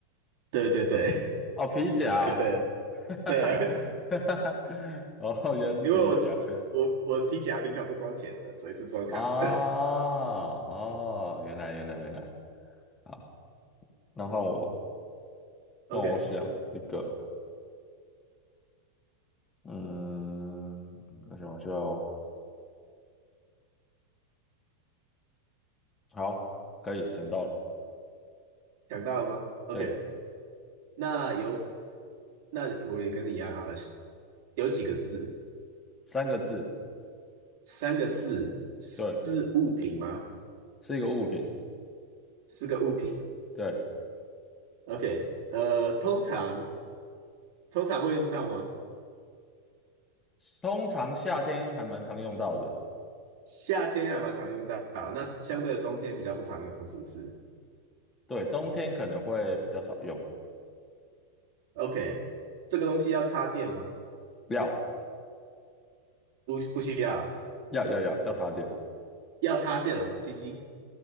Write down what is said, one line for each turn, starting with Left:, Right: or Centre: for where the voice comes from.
Right: 对对对 <laughs>
Left: 哦，皮夹哦，
Right: 对对对啊，
Left: <laughs> 哈哈哈哈哈，哦，原来是皮夹
Right: 因为我我我提夹平常不装钱的，所以是装卡的。
Left: 啊哦，原来原来原来，好，那换我，
Right: <laughs>
Left: 换我想一个，
Right: OK。
Left: 嗯，我想一下哦。好，可以想到了，
Right: 想到了吗？OK，
Left: 对，
Right: 那有那我也跟你一样啊，有几个字，
Left: 三个字，
Right: 三个字是物品吗？
Left: 对，是一个物品，
Right: 是个物品。
Left: 对，
Right: OK，呃，通常通常会用到吗？
Left: 通常夏天还蛮常用到的，
Right: 夏天还蛮常用到，那相对的冬天比较不常用，是不是
Left: 对，冬天可能会比较少用，
Right: ？OK，这个东西要插电吗？
Left: 要
Right: 不，不需要。
Left: 要要要要插电，
Right: 要插电哦，机机？